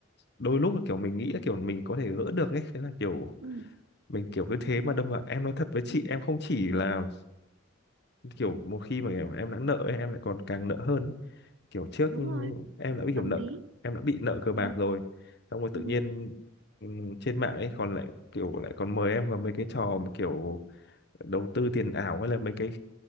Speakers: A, on the left; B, on the right.
A: đôi lúc là kiểu mình nghĩ là kiểu mình có thể gỡ được ấy thế là kiểu
B: ừ,
A: mình kiểu cứ thế mà đâm vào em nói thật với chị em không chỉ là kiểu một khi mà em đã nợ ấy, em lại còn càng nợ hơn ấy. kiểu trước
B: đúng rồi
A: em đã bị kiểu
B: tâm
A: nợ
B: lý
A: em đã bị nợ cờ bạc
B: ừ,
A: rồi xong rồi
B: ừ,
A: tự nhiên ừm, trên mạng ấy còn lại kiểu lại còn mời em vào mấy cái trò mà kiểu đầu tư tiền ảo hay là mấy cái